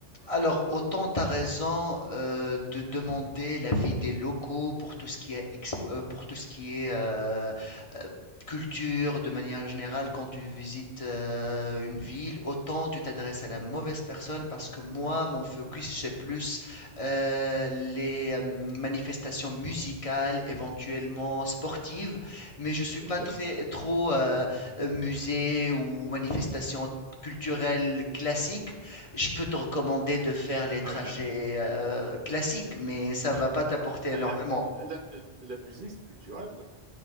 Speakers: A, on the left; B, on the right.
A: Alors, autant tu as raison euh, de demander l'avis des locaux pour tout ce qui est, expo- euh, pour tout ce qui est euh, euh, culture de manière générale quand tu visites euh, une ville, autant tu t'adresses à la mauvaise personne parce que moi, mon focus, c'est plus euh, les euh, manifestations musicales, éventuellement sportives, mais je suis
B: Ouais.
A: pas très, trop euh, euh, musée ou manifestation culturelle classique. Je peux te recommander de faire les trajets
B: Ah bah, euh,
A: euh, classiques, mais ça va pas t'apporter énormément.
B: la, la- la- la musique, c'est culturel.